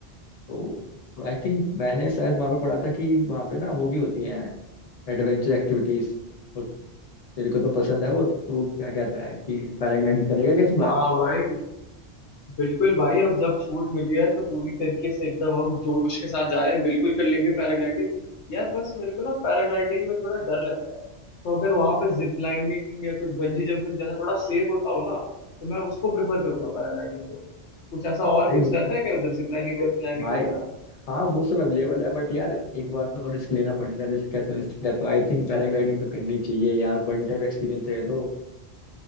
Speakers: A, on the left; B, on the left.
A: तो आई थिंक मैंने शायद वहाँ पे पढ़ा था कि वहाँ पे ना वो भी होती हैं एडवेंचर एक्टिविटीज और तेरे को तो पसंद है वो तो तू क्या कहता है कि पैराग्लाइडिंग करेगा क्या इस बार
B: हाँ भाई बिल्कुल भाई अब जब छूट मिली है तो पूरी तरीके से एकदम हम जोश के साथ जा रहे हैं बिल्कुल कर लेंगे पैराग्लाइडिंग यार बस मेरे को ना पैराग्लाइडिंग में थोड़ा डर लगता है तो अगर वहां पे जिप लाइनिंग या कुछ बंजी जंपिंग जैसा थोड़ा सेफ होता हो ना तो मैं उसको प्रेफर करूंगा पैराग्लाइडिंग के ऊपर कुछ ऐसा और
A: भाई
B: कुछ
A: वो
B: रहता है क्या उधर जिप लाइनिंग लाइनिंग
A: भाई
B: वगैरह
A: हाँ वो सब अवेलेबल है बट यार एक बार तो रिस्क लेना पड़ेगा रिस्क है तो रिस्क है तो आई थिंक पैराग्लाइडिंग तो करनी चाहिए यार वन टाइम एक्सपीरियंस है ये तो